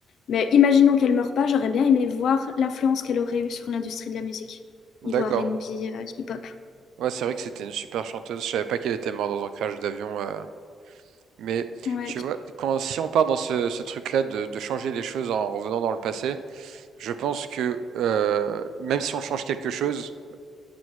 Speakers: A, on the left; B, on the right.
A: Mais imaginons qu'elle meure pas, j'aurais bien aimé voir l'influence qu'elle aurait eue sur l'industrie de la musique,
B: D'accord.
A: niveau R&B, euh, hip-hop.
B: Ouais, c'est vrai que c'était une super chanteuse. Je savais pas qu'elle était morte dans un crash d'avion. euh. Mais
A: Ouais,
B: tu vois, quand si on part dans ce, ce truc-là de, de changer les choses en revenant dans le passé, je pense que euh, même si on change quelque chose,